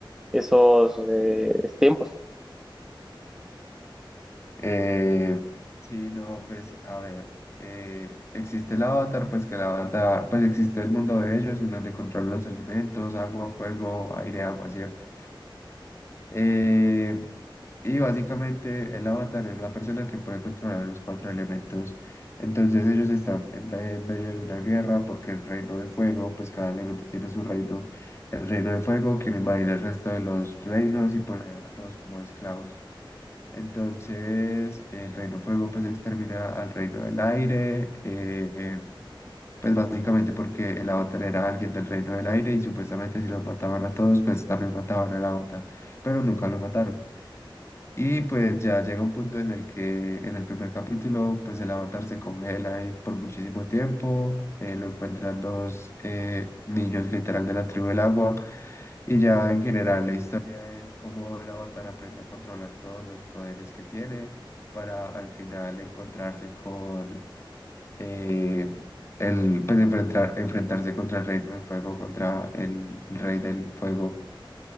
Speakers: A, in the centre; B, on the left.
A: esos eh, tiempos.
B: Eh, sí, no, pues a ver, eh, existe el avatar, pues que el avatar, pues existe el mundo de ellos en donde controlan los elementos, agua, fuego, aire, agua, ¿cierto? Eh, y básicamente el avatar es la persona que puede controlar los cuatro elementos. Entonces ellos están en, me- en medio de una guerra porque el reino de fuego, pues cada elemento tiene su reino. El reino de fuego quiere invadir el resto de los reinos y poner a todos como esclavos. Entonces, el reino fuego pues extermina al reino del aire, eh, pues básicamente porque el avatar era alguien del reino del aire y supuestamente si los mataban a todos, pues también mataban al avatar, pero nunca lo mataron. Y pues ya llega un punto en el que en el primer capítulo, pues el avatar se congela ahí por muchísimo tiempo, eh, lo encuentran dos eh, niños literal de la tribu del agua y ya en general la historia es cómo el avatar aprende a controlar todos los poderes que tiene para al final encontrarse con eh, el, pues enfrentar, enfrentarse contra el reino del fuego, contra el, el rey del fuego,